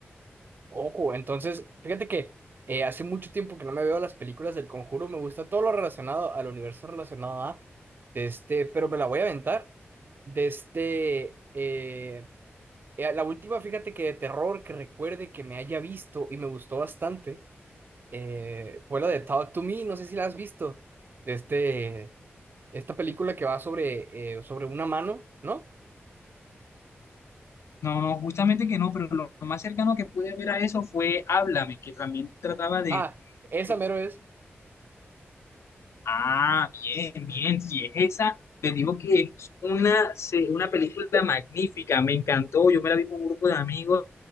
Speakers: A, on the right (about 50°); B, on the left (about 75°).
A: Ojo, entonces, fíjate que eh, hace mucho tiempo que no me veo las películas del Conjuro, me gusta todo lo relacionado al universo relacionado a, de este, pero me la voy a aventar. De este, eh, eh, la última, fíjate que de terror que recuerde que me haya visto y me gustó bastante, eh, fue la de Talk to Me, no sé si la has visto, de este, esta película que va sobre, eh, sobre una mano, ¿no?
B: No, no, justamente que no, pero lo más cercano que pude ver a eso fue Háblame, que también trataba de...
A: Ah, esa
B: de-
A: mero es,
B: Ah, bien, bien, si es esa, te digo que es una, se- una película magnífica, me encantó, yo me la vi con un grupo de amigos